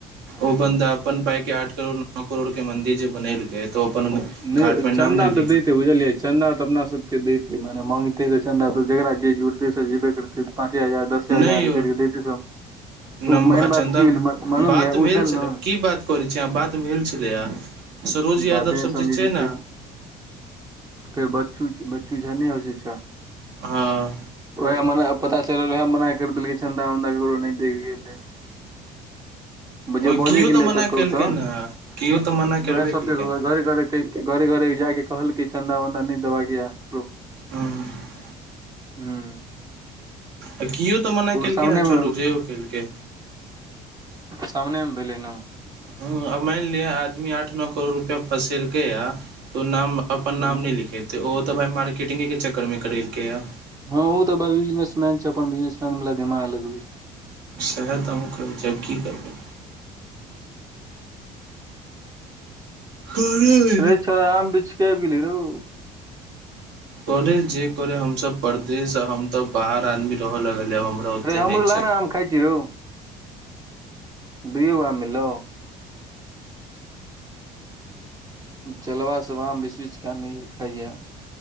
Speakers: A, on the right (about 20°); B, on the right (about 65°).
A: हँ।
B: ओ बन्दा अपन बायके जे आठ करोड़ नो करोड़ के मन्दिर जे बनेलकै तओ अपन
A: नय
B: घाटमे
A: चन्दा
B: नाम लेलकै
A: तऽ दैते बुझलियै चन्दा तऽ अपना सबके देतै मने माँगतै तऽ चन्दा तऽ जकरा जे जुड़तै से जेबे करतै तऽ पाँचे हजार दसे हजार
B: नहि यौ
A: करिक दैतै सब
B: नम
A: ओ मैन
B: चन्दा
A: बात की भैलै मालूम
B: बात
A: य
B: भेल
A: ओ चल
B: छलै
A: न
B: की बात करै छै आहाँ बात भेल छलै या सरोज यादव
A: बाते नहि
B: सब
A: समझे
B: जे छै न।
A: फेर फेर बच्चू बच्चू झा नय <unintelligible>
B: हाँ
A: ओएह मना पता चलल रहा मना करि देलकै चन्दा वन्दा ककरो नय देल गेल रहै
B: ओ
A: जे बजैे
B: किओ
A: गेलैय
B: मना
A: तऽ कहु
B: केलखिन
A: तऽ
B: हँ किओ मना करबे
A: वह सब
B: केलकै
A: घरे
B: ने।
A: घरे घरे घरे जाक कहलक चन्दा वन्दा नय देबाक य हटू
B: आ <unintelligible>
A: हूं
B: आ किओ तऽ मना केलकै
A: सामने
B: ने चलू
A: मे
B: जे ओ केलकै
A: सामने मे भेलै ने
B: ह आ मान लिअ आदमी आठ नो करोड़ रुपया फसेलके या तो नाम
A: बात
B: अपन नाम नै लिखेते तऽ ओ तऽ भाइ मार्केटिंगेके चक्करमे करेलकैए
A: हँ ओ तऽ भाय बिजनेसमैन छै अपन बिजनेसमैन दिमाग लगबे छै
B: सेहा त हम कहै छी आब की करबै कररे <unintelligible>
A: रे छोड़ा आम बिछके आबि गेलहिन रो
B: करे जे करे हमसब परदेस आ हम तब बाहर आदमी रहऽ लगलै आब हमरा ओते
A: रे हमरो
B: नहि
A: ला
B: छै
A: ने आम खाय छी रौ दुइगो आम मिललौ चेलबा सब आम बिछ बिछके आनैए खाइयए।